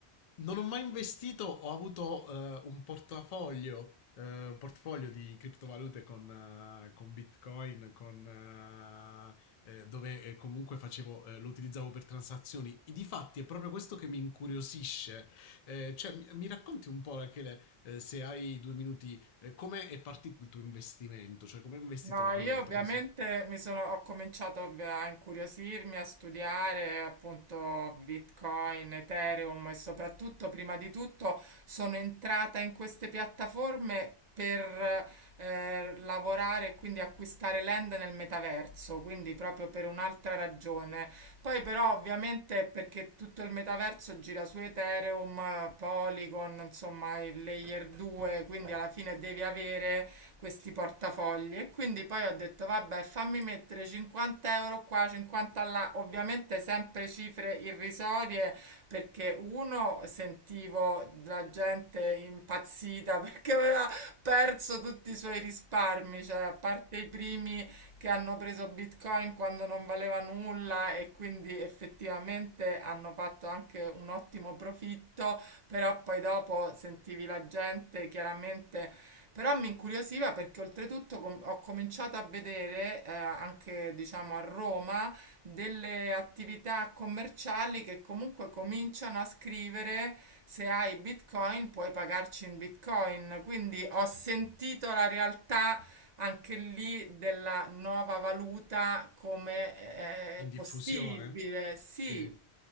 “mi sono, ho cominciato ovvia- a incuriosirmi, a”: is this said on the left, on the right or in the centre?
Right